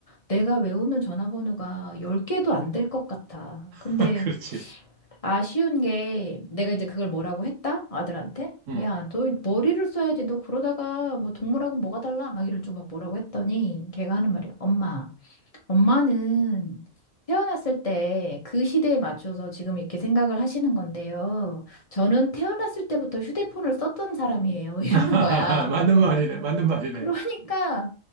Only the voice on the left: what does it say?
내가 외우는 전화번호가 10개도 안 될 것 같아.
근데
아쉬운 게 내가 이제 그걸 뭐라고 했다? 아들한테?
야, 너 머리를 써야지. 너 그러다가 뭐 동물하고 뭐가 달라? 막 이런 좀 막 뭐라고 했더니 걔가 하는 말이야. 엄마, 엄마는 태어났을 때 그 시대에 맞춰서 지금 이렇게 생각을 하시는 건데요. 저는 태어났을 때부터 휴대폰을 썼던 사람이에요. <laughs> 이러는
거야.
그러니까